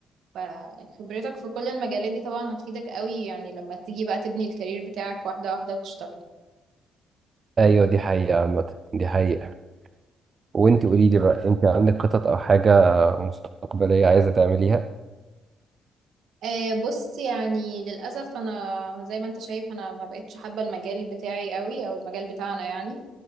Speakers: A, on the right; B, on the right.
A: فخبرتك في كل المجالات دي طبعا هتفيدك قوي يعني لما تيجي بقى تبني الكارير بتاعك واحدة واحدة وتشتغل
B: ايوه دي حقيقة عامة دي حقيقة وانت قولي لي بقى انت عندك خطط او حاجة مستقبلية عايزة تعمليها
A: أه بص يعني للأسف أنا زي ما أنت شايف أنا ما بقتش حابة المجال بتاعي قوي أو المجال بتاعنا يعني